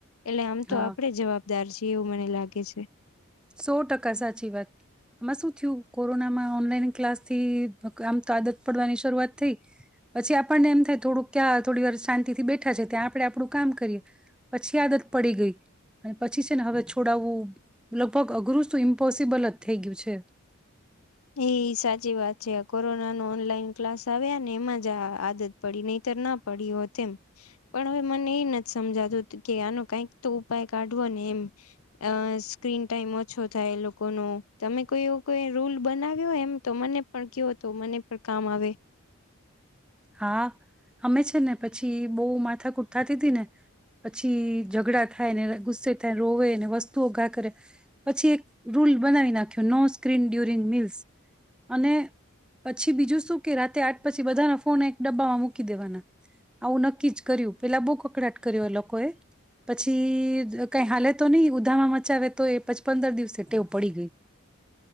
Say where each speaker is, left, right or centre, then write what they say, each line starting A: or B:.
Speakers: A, on the left (about 85°); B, in the centre.
A: એટલે આમ તો
B: હા
A: આપડે જ જવાબ દાર છે એવું મને લાગે છે.
B: સો ટકા સાચી વાત આમાં શું થયું કોરોનામાં ઓનલાઈન ક્લાસ થી આમ તો આદત પડવાની શરૂઆત થઈ પછી આપણને એમ થાય થોડું ક્યાં થોડી વાર શાંતિથી બેઠા છે ત્યાં આપણે આપડું કામ કરીએ પછી આદત પડી ગઈ અને પછી છે ને હવે છોડાવવું. લગભગ અઘરું શું ઇમ્પોસિબલ જ થઈ ગયું છે.
A: એ સાચી વાત છે આ કોરોના ન ઓનલાઈન ક્લાસ આવ્યા ને એમાં જ આ આદત પડી નહીતર ના પડી હો તેમ પણ હવે મને એ નથી સમજાતું કે આનો કઈક તો ઉપાય કાઢવો ને એમ અ સ્ક્રીન ટાઈમ ઓછો થાય એ લોકો ન તમે કોઈ એવો કોઈ રૂલ. બનાવ્યો એમ તો મને પણ કયો હતો મને પણ કામ આવે.
B: હા અમે છે ને પછી બહુ માથાકૂઠ થતી હતી ને પછી ઝઘડા થાયને ગુસ્સે થાય રોવે ને વસ્તુઓ ઘા કરે પછી એક રૂલ બનાવી નાખ્યો નો સ્ક્રીન ડ્યુરિંગ મીલ્સ અને પછી બીજું શું કે રાતે આઠ પછી બધાના. ફને એક ડબ્બામાં મૂકી દેવાના આવું નક્કી જ કર્યું પેલા બહુ કકડાટ કર્યો લોકો એ પછી કઈ હાલે તો નહી ઉધામાં મચાવે તો એ પછી પંદર દિવસે ટેવું પડી ગઈ.